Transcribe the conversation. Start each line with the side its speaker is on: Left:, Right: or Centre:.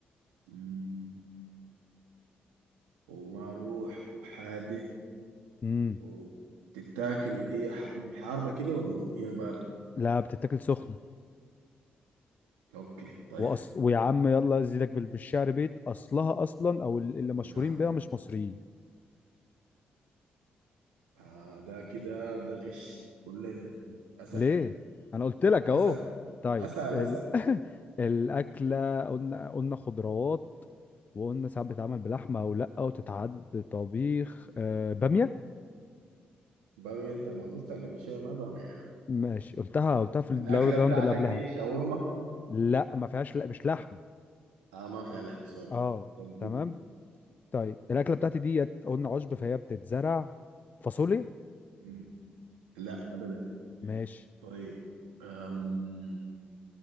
Right: مم، ومع روح وحادق
Left: امم
Right: وبتتاكل هي ح- حارة كده ولا هي باردة؟
Left: لا بتتاكل سخنة
Right: أوكي طيب
Left: وأص... ويا عم يلا ازيدك بال- بالشعر بيت اصلها اصلا او ال- اللي مشهورين
Right: ها
Left: بيها مش مصريين
Right: آه، ده كده ده غش قول لي طيب أسأل
Left: ليه؟ انا قلت لك اهو
Right: أسأل
Left: طيب
Right: أسأل
Left: ال...
Right: أسأل
Left: <laughs> الأكلة قلنا قلنا خضروات وقلنا ساعات بتتعمل بلحمة او لا وتتعد طبيخ آه... بامية
Right: بامية أنت ما قلتها قبل شوية ما بامية يعني.
Left: ماشي قلتها قلتها في الراوند
Right: الأكلة بتاعتك
Left: اللي قبلها
Right: دي شاورما؟
Left: لا ما فيهاش لا مش لحم
Right: آه ما فيها لحم سوري
Left: اه
Right: طب
Left: تمام
Right: قول
Left: طيب الاكله بتاعتي ديت قلنا عشب فهي بتتزرع فاصوليا
Right: مم. لا أبدا
Left: ماشي
Right: طيب أم...